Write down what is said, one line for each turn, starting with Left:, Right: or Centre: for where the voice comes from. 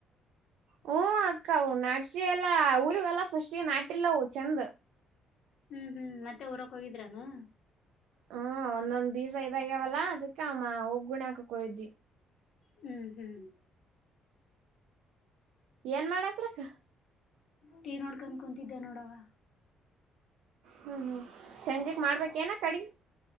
Right: ಹಓ ಅಕ್ಕ ನಾಡ್ಸಿ ಎಲ್ಲಾ ಊರ್ಲ್ಲ ಫಸ್ಟ್ಗೆ ನಾಟಲ್ಲ ಚೆಂದ
Left: ಹ್ಮ್ ಹ್ಮ್ ಮತ್ತೆ ಊರಕ್ ಹೋಗಿದ್ರಾನ
Right: ಹ್ಮ ಒಂದೊಂದ್ ಬೀಸ ಇದಾಗ್ಯಾವಲ್ಲ ಅದಕ್ಕೆ ಅಮ್ಮ ಒಗ್ಗುಣಿ ಹಾಕಕ್ ಹಯ್ದೀವಿ
Left: ಹ್ಮ್ ಹ್ಮ್
Right: ಏನ್ ಮಾಡತ್ರಿಕ್ಕ
Left: ಟೀ ನೋಡ್ಕನ್ ಕುಂತಿದ್ದ ನೋಡವ
Right: ಹ್ಮ್ ಹ್ಮ್ ಚಂಜಿಗ್ ಮಾಡ್ಬೇಕ ಏನ ಕಡೆಗ